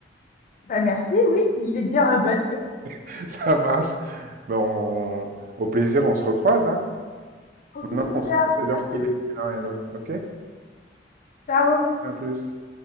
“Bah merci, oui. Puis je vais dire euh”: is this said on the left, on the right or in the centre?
Left